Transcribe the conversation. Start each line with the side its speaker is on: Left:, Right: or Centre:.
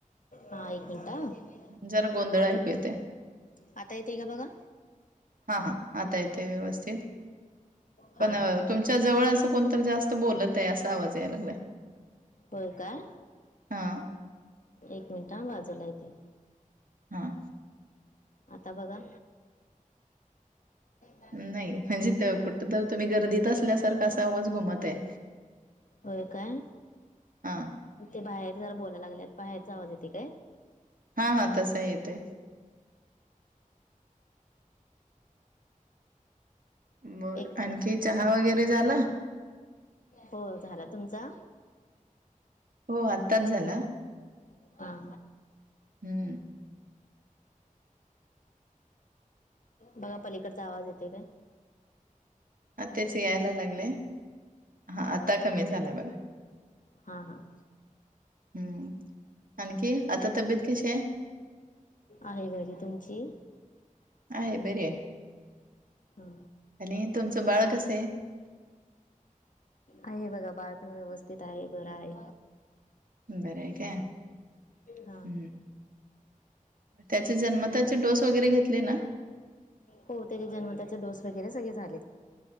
Left: हा एक मिनिटं हां
Right: जरा गोंधळ ऐकू येतोय.
Left: आता येतय का बघा?
Right: हां हां आता येते व्यवस्थित पण
Left: हा हा
Right: तुमच्या जवळ असं कोणतर जास्त बोलत आहे असा आवाज यायला लागलाय.
Left: होय काय
Right: हा
Left: एक मिनट बाजूला येते.
Right: हां
Left: आता बघा. <inaudible> <inaudible>
Right: नाही म्हणजे कुठ तर तुम्ही गर्दीत असल्यासारखा अस आवाज घुमत आहे.
Left: होय काय
Right: हा
Left: ते बाहेर जरा बोलायला लागलेत बाहेरच आवाज येते काय?
Right: हा हा तसा येत आहे. बरं
Left: एक
Right: आणखी
Left: मिनिट
Right: चहा वगैरे झाला?
Left: हो झाला. तुमचा?
Right: हो आत्ताच झाला.
Left: हा
Right: हम्म
Left: बघा पलीकडचा आवाज येतोय काय?
Right: हा तेच यायला लागलेय हा आता कमी झालाय बघा.
Left: हा हां
Right: हम्म आणखी आता तब्येत कशी आहे?
Left: आहे घरी तुमची
Right: आहे बरी आहे
Left: हा
Right: आणि तुमचं बाळ कसं आहे
Left: आहे बघा बाळ पण व्यवस्थित आहे बर आहे
Right: बरं आहे का हम्
Left: हा
Right: त्याचा जन्मताच डोस वगैरे घेतले ना
Left: हो त्याचे जन्मताचे डोस वगैरे सगळे झालेत